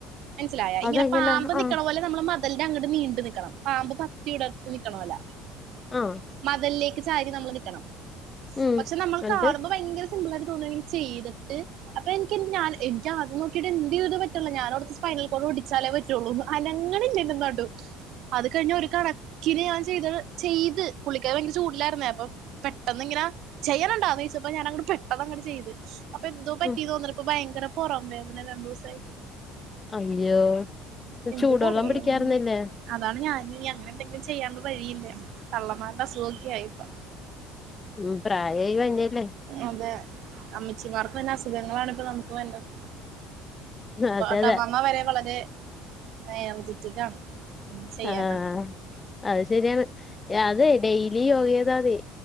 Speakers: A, on the right; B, on the left.
A: മൻസ്സിലായാ ഇങ്ങനെ
B: അതെങ്ങനെ
A: പാമ്പ്
B: ആ
A: നിക് അതുപോലെ നമ്മള് മതിലിന്റെങ്ങട് നീണ്ട് നിക്കണം പാമ്പ് പത്തി വിടർത്തി നിക്കക്കണപോലെ
B: ആ
A: മതിൽലേക്ക് ചാരി നമ്മൾ നിക്കണം.
B: ഉം
A: പക്ഷെ നമ്മൾ
B: എന്നിട്ട്
A: കാണുമ്പോ ഭയങ്കര സിമ്പിളായിട്ട് തോന്നാണെങ്കി ചെയ്തിട്ട് അപ്പൊ എനിക്ക്ൻത് ഞാഎനിക്ക് ആദ്യം നോകീട്ട് എന്തെയ്തിട്ടുംപറ്റ്ണില്ല ഞാനോർത് ഫൈനൽ കോട്പൊട്ടിച്ചാലെ പറ്റൊള്ളൂന്ന്. അനങ്ങ്ണ്ല്ലൻ്റ നടു. അത് കഴിഞ്ഞ് ഒരു കണ കി ഞാൻ ചെയ്തത് ചെയ്ത് പുള്ളളിക്കാരി ഭയങ്കര ചൂടലായ്ര്ന്നേ അപ്പൊ പെട്ടെന്നിങ്ങനെ ചെയ്യണ്ണ്ണ്ടാനോയ്ച്ചപ്പൊ ഞാനങ്ങട്ട് പെട്ടന്ന്ങ്ങട്ട് ചെയ്ത് അപ്പൊ എന്തോ പറ്റി
B: ഉം
A: തോന്ന്ണിപ്പോ ഭയങ്കര പൊറം വേദന രണ്ടൂസായിട്ട്.
B: അയ്യോ
A: എന്ത്
B: ചൂടൊള്ളം
A: പറയാ
B: പിടിക്കാർന്നില്ലേ?
A: അതാണ് ഞാനുംഞിങ്ങനെ എന്തെങ്കിലും ചെയ്യാതെ വഴിയില്ല, തള്ളമാരുടെ അസുഖൊക്കെ ആയിപ്പ
B: ഉം പ്രായായി വര്ന്നല്ലേ
A: അതെ അമ്മച്ചിമാർക്ക് വര്ന്ന അസുഖങ്ങളാണ് ഇപ്പൊ നമുക്ക് വര്ന്നത്.
B: അതെ
A: ട്ടമാമ്മവരെ
B: അതെ
A: വളരെ എനർജെറ്റിക് ആണ് എന്ത് ചെയ്യാനാ
B: ആഹ് അയ്ശര്യാണ്. അതെ ഡെയ്ലി യോഗെയ്താതി